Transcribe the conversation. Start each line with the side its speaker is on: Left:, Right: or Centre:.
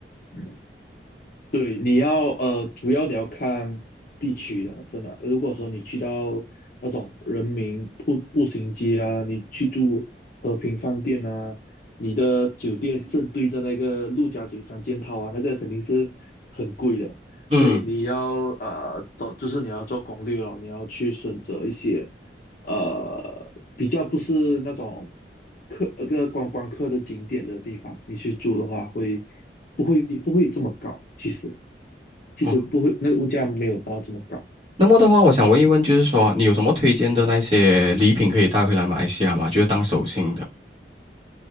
Left: 嗯。对，你要呃，主要你要看地区的，真的。如果说你去到那种人民步步行街啊，你去住和平饭店啊，你的酒店正对着那个陆家嘴三件套啊，那个肯定是很贵的。
Right: 嗯，
Left: 所以你要呃，做就是你要做攻略咯，你要去选择一些呃比较不是那种客呃个观光客的景点的地方，你去住的话会不会不会这么高？其实。其实不会，
Right: 哦，
Left: 那个物价没有到这么高。
Right: 那么的话，我想问一问，就是说你有什么推荐的那些礼品可以带回来马来西亚吗？就是当手信的